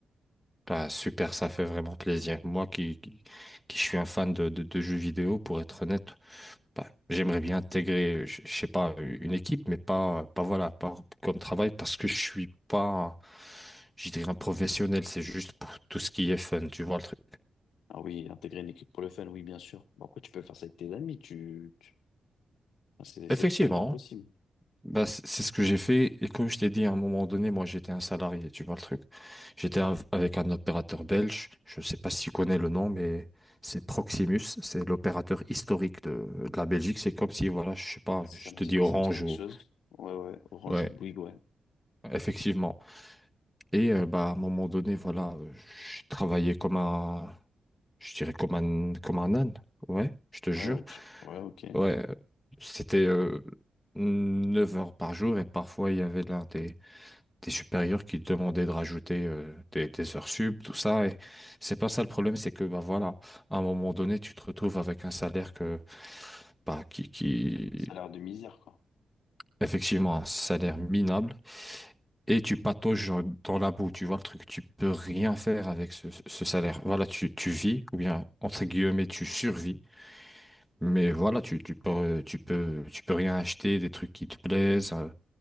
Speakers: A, in the centre; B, on the left.
A: Bah, super, ça fait vraiment plaisir. Moi qui, qui, qui suis un fan de, de, de jeux vidéo, pour être honnête, bah, j'aimerais bien intégrer, je, je sais pas, une équipe, mais pas, pas voilà, pas comme travail parce que je suis pas, je dirais, un professionnel. C'est juste pour tout ce qui est fun, tu vois le truc.
B: Ah oui, intégrer une équipe pour le fun, oui, bien sûr. Bon, après, tu peux faire ça avec tes amis, tu, tu- enfin, c'est c'est
A: Effectivement.
B: totalement possible.
A: Bah, c- c'est ce que j'ai fait. Et comme je t'ai dit, à un moment donné, moi, j'étais un salarié, tu vois le truc. J'étais av- avec un opérateur belge. Je sais pas si tu connais le nom, mais c'est Proximus. C'est l'opérateur historique de, de la Belgique. C'est comme si, voilà, je sais pas,
B: Ça
A: je
B: me
A: te
B: dit,
A: dis Orange
B: ça me dit quelque
A: ou...
B: chose. Ouais, ouais, Orange
A: Ouais,
B: ou Bouygues, ouais.
A: effectivement. Et euh, bah, à un moment donné, voilà, euh, je travaillais comme un... Je dirais comme un, comme un âne. Ouais, je te jure.
B: Ouais, ouais, tu- ouais, ok.
A: Ouais, euh, c'était... euh, 9 heures par jour et parfois il y avait l'un des, des supérieurs qui te demandaient de rajouter euh, des, des heures sub, tout ça. Et c'est pas ça le problème, c'est que bah voilà, à un moment donné, tu te retrouves avec un salaire que bah, qui, qui
B: Ça a l'air de misère, quoi.
A: effectivement un salaire minable et tu patauges dans la boue, tu vois le truc, tu peux rien faire avec ce, ce salaire. Voilà, tu, tu vis, ou bien entre guillemets, tu survis, mais voilà, tu, tu peux, tu peux, tu peux rien acheter, des trucs qui te plaisent, euh,